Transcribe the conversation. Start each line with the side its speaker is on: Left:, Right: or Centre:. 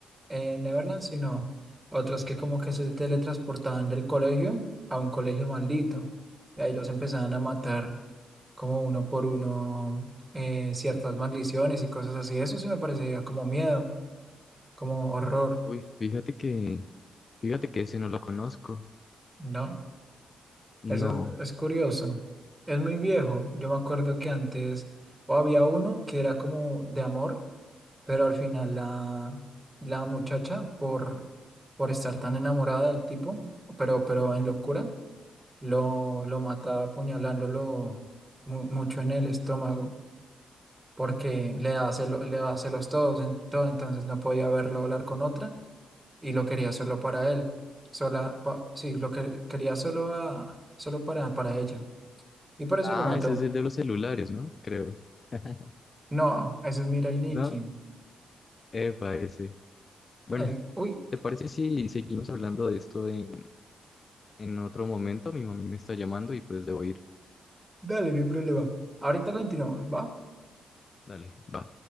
Right: eh, Neverland, sino otros que como que se teletransportaban del colegio a un colegio maldito y ahí los empezaban a matar. como uno por uno eh, ciertas maldiciones y cosas así. Eso sí me parecería como miedo, como horror,
Left: Uy, fíjate que, fíjate que ese no lo conozco.
Right: ¿no? Eso
Left: No.
Right: es curioso. Es muy viejo. Yo me acuerdo que antes o había uno que era como de amor, pero al final la, la muchacha por, por estar tan enamorada del tipo, pero, pero en locura, lo, lo mata apuñalándolo mu- mucho en el estómago. porque le daba celo- le daba celos todos, en todo, entonces no podía verlo hablar con otra y lo quería solo para él. Sola, pa- sí, lo que quería solo a- solo para, para ella. Y por eso
Left: Ah,
Right: lo mató.
Left: ese es el de los celulares, ¿no? Creo. <laughs>
Right: No, ese es Mirai Nikki.
Left: No, epa, ese. Bueno,
Right: El, uy,
Left: ¿te parece si seguimos hablando de esto en, en otro momento? Mi mami me está llamando y pues debo ir.
Right: dale, no hay problema. Ahorita continuamos, ¿va?
Left: Dale, va.